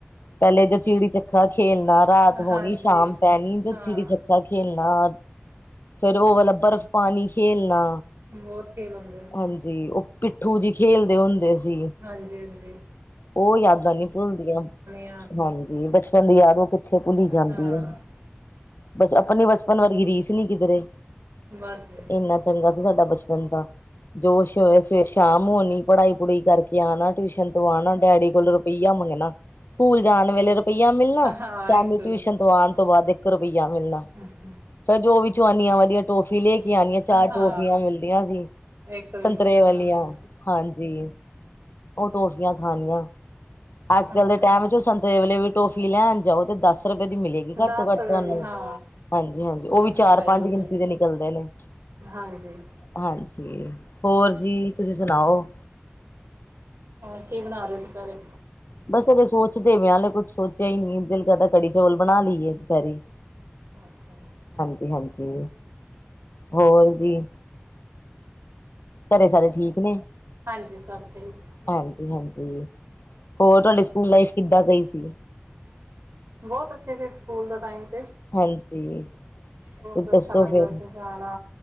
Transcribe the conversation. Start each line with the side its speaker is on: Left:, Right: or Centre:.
Left: ਪੈਲੇ ਜੇ ਚਿੜੀ-ਛੱਖਾ ਖੇਲਣਾ ਰਾਤ ਹੋਣੀ
Right: ਹਾਂਜੀ
Left: ਸ਼ਾਮ ਪੈਣੀ ਜੋ
Right: ਹਾਂ
Left: ਚਿੜੀ-ਛੱਕਾ ਖੇ ਖੇਲਣਾ ਫੇਰ ਓ ਵਾਲਾ ਬਰਫ਼ ਪਾਨੀ ਖੇਲਣਾ।
Right: ਬੋਤ ਖੇਲ ਹੁੰਦ
Left: ਹਾਂਜੀ ਓ ਪਿੱਠੂ ਜੀ ਖੇਲਦੇ ਹੁੰਦੇ ਸੀ।
Right: ਹਾਂਜੀ-ਹਾਂਜੀ।
Left: ਓ ਯਾਦਾਂ ਨੀ ਪੁਲਦੀਆਂ
Right: ਆ
Left: ਹਾਂਜੀ ਬਚ ਬਚਪਨ ਦੀ ਯਾਦ ਓ ਕਿੱਥੇ ਪੁੱਲੀ ਜਾਂਦੀ
Right: ਹਾਂ
Left: ਏ ਬਸ ਅਪਣੀ ਬਚਪਨ ਵਰਗੀ ਰੀਸ ਨੀ ਕਿੱਧਰੇ।
Right: ਬਸ ਜੀ
Left: ਏਨਾ ਚੰਗਾ ਸੀ ਸਾਡਾ ਬਚਪਨ ਤਾਂ। ਜੋ ਸ ਸ਼ਾਮ ਹੋਣੀ ਪੜ੍ਹਾਈ-ਪੜੂਈ ਕਾਰਕੇ ਆਣਾ ਟਿਊਸ਼ਨ ਤੋਂ ਆਣਾ ਡੈਡੀ ਕੋਲ ਰੁਪਈਆ ਮੰਗਣਾ ਸਕੂਲ ਜਾਣ ਵੇਲੇ ਰੁਪਈਆ ਮਿਲਣਾ
Right: ਹਾਂ
Left: ਸ਼ਾਮੀ
Right: ਇੱਕ
Left: ਟਿਊਸ਼ਨ ਤੋਂ ਆਣ ਤੋਂ ਬਾਅਦ ਏਕ ਰਪ ਇੱਕ਼਼ ਰਪਯਾ ਮਿਲਣਾ।
Right: ਹੂੰ-ਹੂੰ।
Left: ਫਿਰ ਜੋ ਵੀ ਚਵਾਨੀਆਂ ਵਾਲ ਦੀਆ ਟੋਫੀ ਲੈ ਕੇ ਆਣੀਆਂ ਚਾਰ
Right: ਹਾਂ
Left: ਟੋਫੀਆਂ ਮਿਲਦੀਆਂ ਸੀ।
Right: ਇੱਕ ਰੁਪਏ
Left: ਸੰਤਰੇ
Right: ਦੀ ਚਾਰ
Left: ਵਾਲੀਆਂ
Right: ਆਉਂਦੀ ਸੀ
Left: ਹਾਂਜੀ ਓ ਟੋਫੀਆਂ ਖਾਣੀਆਂ। ਅੱਜ
Right: ਹਾਂ
Left: ਕੱਲ ਦੇ ਟੈਮ ਚ ਸੰਤਰੇ ਵਲੇ ਵੀ ਟੋਫੀ ਲੈਣ ਜਾਓ ਤੇ ਦਸ ਰੁਪਏ ਦੀ ਮਿਲੇਗੀ।
Right: ਦਸ
Left: ਘੱਟ ਤੋਂ ਘੱਟ
Right: ਰੁਪਏ
Left: ਤੁਆਨੂੰ।
Right: ਦੀ ਹਾਂ
Left: ਹਾਂਜੀ ਹਾਂਜੀ
Right: ਬਹੁਤ
Left: ਓ ਵੀ
Right: ਮਹਿੰਗਾਈ
Left: ਚਾਰ ਪੰਜ
Right: ਹੋ
Left: ਗਿਨਤੀ
Right: ਗਈ
Left: ਦੇ ਨਿਕਲਦੇ ਨੇ।
Right: ਹਾਂਜੀ।
Left: ਹਾਂਜੀ ਹੋਰ ਜੀ ਤੁਸੀ ਸੁਨਾਓ।
Right: ਹੋਰ ਕੀ ਬਣਾ ਰੇ ਓ ਦੁਪੈਰੇ?
Left: ਬਸ ਹਲੇ ਸੋਚਦੇ ਵੇਆ ਹਲੇ ਕੁੱਛ ਸੋਚੇਆ ਈ ਨਈ ਦਿਲ ਕਰਦਾ ਕੜੀ ਚੋਲ ਬਣਾ ਲਈਏ ਦੁਪੈਰੀ।
Right: ਅੱਛਾ ਅਛਾ।
Left: ਜੀ ਹਾਂਜੀ ਹੋਰ ਜੀ। ਘਰੇ ਸਾਰੇ ਠੀਕ ਨੇ?
Right: ਹਾਂਜੀ ਸਭ ਠੀਕ।
Left: ਹਾਂਜੀ ਹਾਂਜੀ, ਹੋਰ ਤੁਆਡੀ ਸਕੂਲ ਲਾਈਫ ਕਿੱਦਾਂ ਗਈ ਸੀ?
Right: ਬੋਤ ਅੱਛੇ ਸੀ ਸਕੂਲ ਦਾ ਟਾਈਮ ਤੇ।
Left: ਹਾਂਜੀ,
Right: ਬਹੁਤ
Left: ਕੁਝ
Right: ਅੱਛਾ
Left: ਦੱਸੋ
Right: ਲੱਗਦਾ
Left: ਫੇਰ।
Right: ਸੀ ਜਾਣਾ